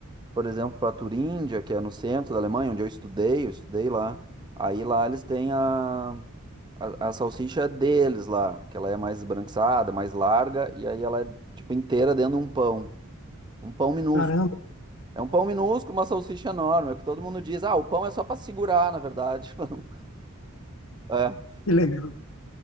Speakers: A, on the right; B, on the left.
A: por exemplo, para Turíndia, que é no centro da Alemanha, onde eu estudei, eu estudei lá. Aí lá eles têm a, a, a salsicha é deles lá, que ela é mais esbranquiçada, mais larga, e aí ela é tipo inteira dentro de um pão. Um pão minúsculo.
B: caramba,
A: É um pão minúsculo, uma salsicha enorme. É o que todo mundo diz. Ah, o pão é só para segurar, na verdade. <laughs> pra não- É,
B: que legal.